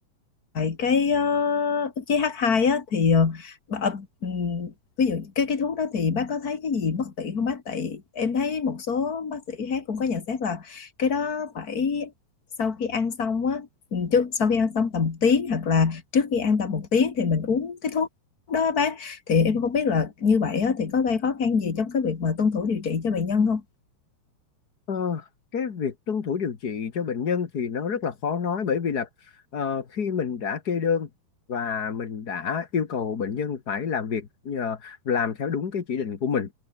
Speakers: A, on the left; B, on the left.
A: Vậy cái ờ, ức chế H2 á thì ờ, bà, ờ, ừm, ví dụ cái cái thuốc đó thì bác có thấy cái gì bất tiện không bác? Tại em thấy một số bác sĩ khác cũng có nhận xét là cái đó phải sau khi ăn xong á ừm, trước sau khi ăn xong tầm một tiếng hoặc là trước khi ăn tầm một tiếng thì mình uống cái thuốc đó á bác. Thì em không biết là như vậy á thì có gây khó khăn gì trong cái việc mà tuân thủ điều trị cho bệnh nhân không?
B: Ờ, cái việc tuân thủ điều trị cho bệnh nhân thì nó rất là khó nói bởi vì là ờ, khi mình đã kê đơn và mình đã yêu cầu bệnh nhân phải làm việc ờ, làm theo đúng cái chỉ định của mình